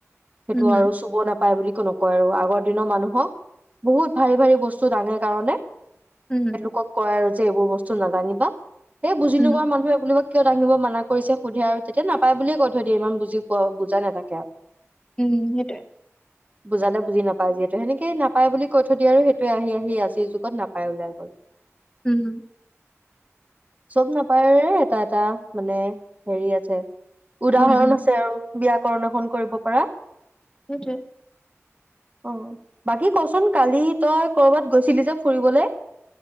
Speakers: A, on the right; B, on the left.
A: সেইটো
B: উম
A: আৰু চুব নাপায় বুলি একো নকয় আৰু, আগৰ দিনৰ মানুহক, বহুত ভাৰী ভাৰী বস্তু দাঙে কাৰণে
B: উম।
A: কক কয় আৰু যে এইবোৰ বস্তু নাদাঙিবা। সেই বুজি নোপোৱা
B: উম
A: মানুহে এই বুলি কৈ কিয় দাঙিব মানা কৰিছে সোধে আৰু, তেতিয়া নাপায় বুলিয়ে কৈ থৈ দিয়ে ইমান বুজি পোৱা, বুজাই নাথাকে আৰু।
B: উম সেইটোৱে।
A: বুজালে বুজি নাপায় যিহেতু সেনেকেইে নাপায় বুলি কৈ থৈ দিয়ে আৰু সেইটোৱে আহি আহি আজিৰ যুগত নাপাই ওলাই গ'ল।
B: উম্ হুম।
A: চব নাপায়ৰে এটা - এটা, মানে হেৰি আছে। উদাহৰণ
B: উম উম
A: আছে আৰু। ব্যকৰণ এখন কৰিব পাৰা।
B: সেইটোৱেই।
A: অ'। বাকী ক'চোন কালি তই ক'ৰবাত গৈছিলি যে ফুৰিবলৈ।